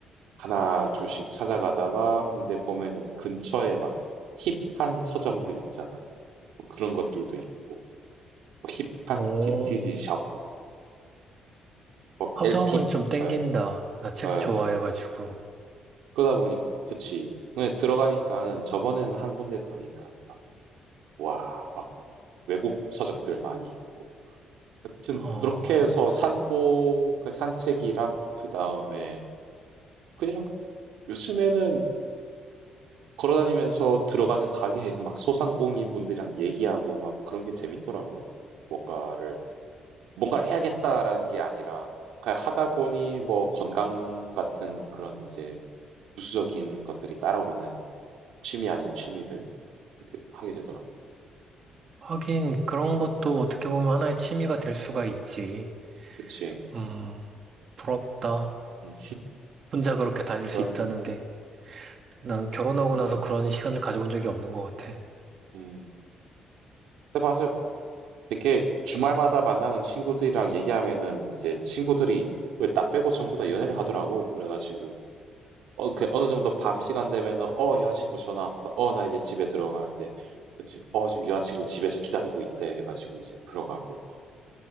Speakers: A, on the right; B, on the right.
A: 하나 둘씩 찾아가다가 근데 보면은 근처에 막 힙한 서점들 있잖아. 뭐 그런 것들도 있고 뭐
B: 오,
A: 힙한 빈티지 샵, 뭐
B: 서점은
A: LP,
B: 좀 땡긴다.
A: 예,
B: 나 책
A: 예.
B: 좋아해가지고.
A: 그러다 보니 그치. 근데 들어가니까는 저번에는 한 군데 가니까는 막 와, 막 외국 서적들 많이 있고 하여튼
B: 어,
A: 그렇게 해서 산보 그 산책이랑 그다음에 그냥 요즘에는 걸어 다니면서 들어가는 가게에 <laughs> 막 소상공인 분들이랑 얘기하고 막 그런 게 재밌더라고. 뭔가를 '뭔가를 해야겠다.'라는 게 아니라 그냥 하다 보니 뭐 건강 같은 그런 이제 부수적인 것들이 따라오는 취미 아닌 취미들 그렇게 하게 되더라고.
B: 하긴 그런
A: 음.
B: 것도 어떻게 보면 하나의 취미가 될 수가 있지.
A: 그치.
B: 음, 부럽다.
A: 음.
B: 혼자 그렇게 다닐 수
A: 어.
B: 있다는 게. 난 결혼하고 나서
A: 음.
B: 그런 시간을 가져본 적이 없는 것 같아.
A: 음. 근데 맞아. 이렇게 주말마다 만나는 친구들이랑 얘기하면은 이제 친구들이 왜나 빼고 전부 다 연애를 하더라고. 그래가지고 어, 그 어느 정도 밤 시간 되면은 어 여자친구 전화 왔다. 어 나 이제 집에 들어가야 돼. 그치? 어 지금 여자친구 집에서 기다리고 있대 해가지고 이제 들어가고